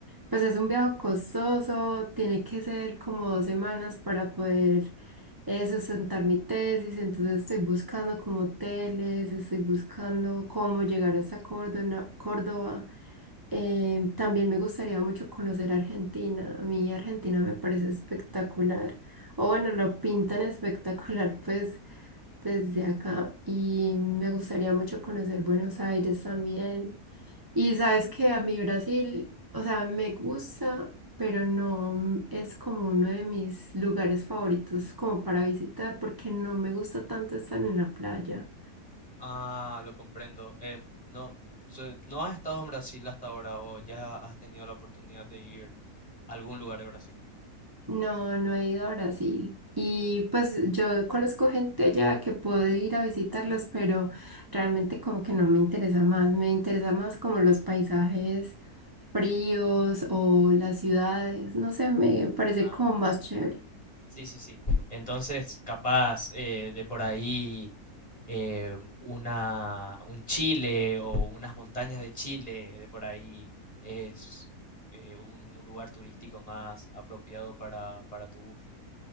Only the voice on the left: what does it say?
Ah, lo comprendo. Em, no, so- ¿no has estado en Brasil hasta ahora o ya has tenido la oportunidad de ir a algún lugar de Brasil?
Ah,
sí, sí, sí. sí. Entonces, capaz eh, de por ahí eh, una, un Chile o unas montañas de Chile, de por ahí es eh, un, un lugar turístico más apropiado para, para tu gusto.